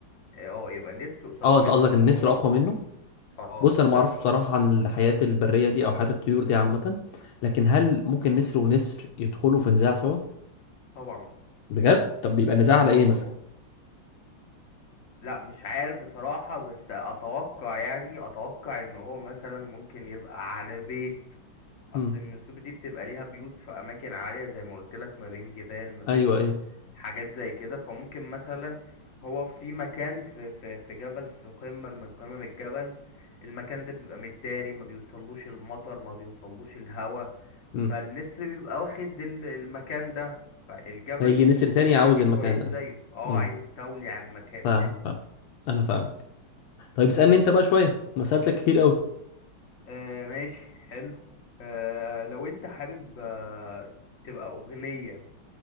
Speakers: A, on the left; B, on the left.
A: اه آه، يبقى نسر قصاد
B: اه انت
A: نسر
B: قصدك النسر
A: اقوى منه
B: اقوى منه
A: اه
B: بص انا
A: بس
B: ما اعرفش بصراحه عن الحياه البريه دي او حياه الطيور دي عامه لكن هل ممكن نسر ونسر يدخلوا في نزاع سوا
A: طبعا
B: بجد طب بيبقى نزاع
A: اه
B: على ايه مثلا
A: طبعا لا مش عارف بصراحة بس اتوقع يعني اتوقع ان هو مثلا ممكن يبقى على بيت اصل
B: امم
A: النسور دي بتبقى ليها بيوت في اماكن عاليه زي ما قلت لك ما بين جبال ما بين
B: ايوه ايوه
A: حاجات زي كده فممكن مثلا هو في مكان في في في جبل في قمه من قمم الجبل المكان ده بيبقى متداري ما بيوصلوش المطر ما بيوصلوش الهواء
B: امم
A: فالنسر بيبقى واخد ال- المكان ده فالجبل
B: هيجي
A: مش
B: نسر
A: مفهوش
B: تاني
A: اماكن
B: عاوز المكان
A: كويسه
B: ده
A: زيه اه
B: امم
A: عايز استولي على المكان
B: فاهم فاهم انا فاهم طيب اسألني انت بقى شوية انا سألتك كتير قوي
A: آه ماشي حلو آه لو انت حابب آه تبقى اغنيه